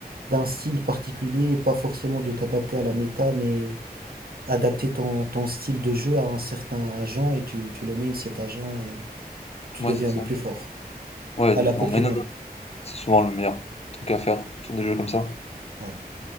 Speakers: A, on the right; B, on the left.
A: d'un style particulier, et pas forcément de t'adapter à la méta, mais adapter ton, ton style de jeu à un certain agent et tu, tu le mets, cet agent, et tu
B: ouais,
A: deviens
B: c'est ça.
A: le plus fort.
B: Ouais,
A: à
B: exactement.
A: la Pokémon.
B: Mais non, non, c'est souvent le meilleur truc à faire sur des jeux comme ça.
A: Ouais.